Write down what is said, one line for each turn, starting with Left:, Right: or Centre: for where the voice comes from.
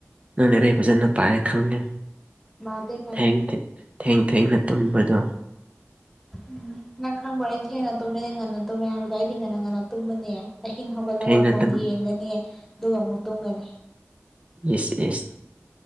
Right: ꯅꯪ ꯂꯥꯢꯔꯤꯛ ꯐꯖꯅ ꯄꯥꯏ ꯈꯪꯉꯦ
Centre: ꯄꯥꯗꯦ ꯄꯥꯗꯦ
Right: ꯊꯦꯡ ꯊꯦꯡ ꯊꯦꯡ ꯊꯦꯡꯅ ꯇꯨꯝꯕꯗꯣ
Centre: ꯎꯝ ꯅꯪ ꯈꯪꯕ꯭ꯔꯣ ꯑꯩ ꯊꯦꯡꯅ ꯇꯨꯝꯃꯦ ꯉꯟꯅ ꯇꯨꯝꯃꯦ ꯍꯥꯏꯕꯗꯣ ꯑꯩꯗꯤ ꯉꯟꯅ ꯉꯟꯅ ꯇꯨꯝꯕꯅꯦ ꯑꯍꯤꯡ ꯍꯧꯒꯠꯂꯒ
Right: ꯊꯦꯡꯅ
Centre: ꯐꯣꯟ
Right: ꯇꯨꯝ
Centre: ꯌꯦꯡꯒꯅꯤ ꯑꯗꯨꯒ ꯑꯃꯨꯛ ꯇꯨꯝꯒꯅꯤ
Right: ꯢꯁ ꯢꯁ